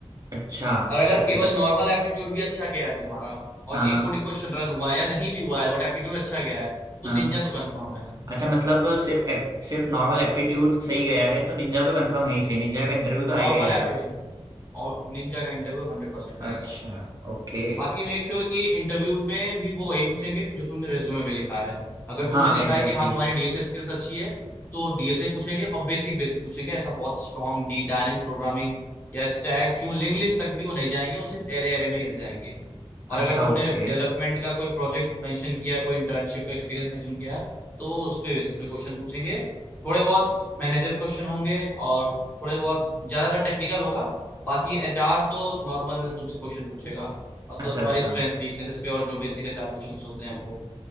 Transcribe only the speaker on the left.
और अगर
केवल नॉर्मल एप्टीट्यूड भी अच्छा गया है तुम्हारा
और एक
कोडिंग क्वेश्चन रन हुआ है या नहीं भी हुआ है बट एप्टीट्यूड अच्छा गया है तो
निंजा तो कंफर्म है
नॉर्मल
एप्टीट्यूड और निंजा का इंटरव्यू हंड्रेड परसेंट
आएगा
बाकी मेक श्योर कि इंटरव्यू में भी वो वही पूछेंगे जो तुमने रेज्यूमे में लिखा है अगर तुमने
लिखा
है कि हाँ तुम्हारी
डीएसए स्किल्स अच्छी है तो डीएसए पूछेंगे और बेसिक बेसिक पूछेंगे ऐसा बहुत स्ट्रॉन्ग डी डायनेमिक प्रोग्रामिंग या स्टैक क्यों लिंक लिस्ट तक भी वो नहीं जाएंगे वो सिर्फ एरे एरे में ही रह जाएंगे
और अगर तुमने
डेवलपमेंट का कोई प्रोजेक्ट मेंशन किया है कोई इंटर्नशिप का एक्सपीरियंस मेंशन किया है तो वो उस पे बेसिस पे क्वेश्चन पूछेंगे थोड़े बहुत मैनेजर क्वेश्चन होंगे और थोड़े बहुत ज्यादातर टेक्निकल होगा बाकी एचआर तो नॉर्मल तुमसे क्वेश्चन पूछेगा मतलब
तुम्हारी
स्ट्रेंथ वीकनेसेस पे और जो बेसिक चार क्वेश्चंस होते हैं वो